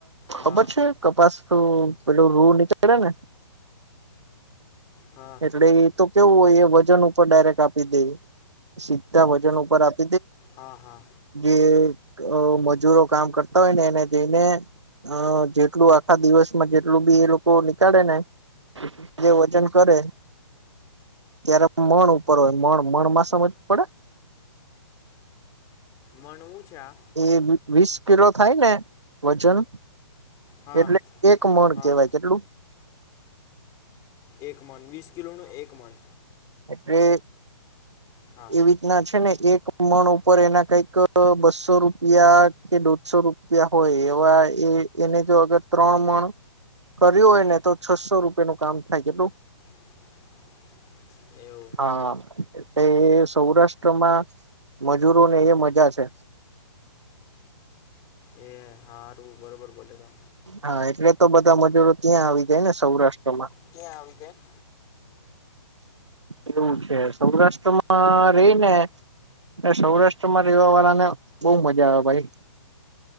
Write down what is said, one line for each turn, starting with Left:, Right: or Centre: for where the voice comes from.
Left: હા
Right: ખબર છે કપાસ તોું પેલું રૂડ નીકળે ને
Left: હા
Right: એટલે એ તો કેવું હોય એ વજન ઉપર ડાયરેક્ટ આપી દે સીધા વજન ઉપર આપ
Left: હા હા
Right: જે મજૂરો કામ કરતા હોય ને એને જઈને અ જેટલું આખા દિવસમાં જેટલું બી એ લોકો નીકળે ને જે વજન કરે ત્યારે મણ ઉપર હોય મ મણ માં સમજ પડે
Left: મણવું છે આ
Right: એ વીસ કિલો થાય ને વજન
Left: હા
Right: એટલે એક મણ
Left: હા
Right: કેવાય કેટલું
Left: એક મન વીસ કિલોનું એક મણ
Right: અરે
Left: હા
Right: એ રીતના છે ને એક મણ ઉપર એના કઈક બસો રૂપિયા કે દોઢસો રૂપિયા હોય એવા એ એને જો અગર ત્રણ માણ કર્યું હોય ને તો છસો રૂપિયા નું કામ થાય કેટલું
Left: <inaudible> એવું
Right: હા એટલે સૌરાષ્ટ્રમાં મજૂરો ને એ મજા છે
Left: એ ું બરોબર બોલે તમે
Right: હા એટલે તો બધા મજૂરો ત્યાં આવી જાય ને સૌરાષ્ટ્રમાં
Left: કત્યાં આવી ગ્યા એમ
Right: એવું છે સૌરાષ્ટ્રમાં રહી ને સૌરાષ્ટ્ર માં રહેેવા વાળા ને બહુ મજા આવે ભાઈ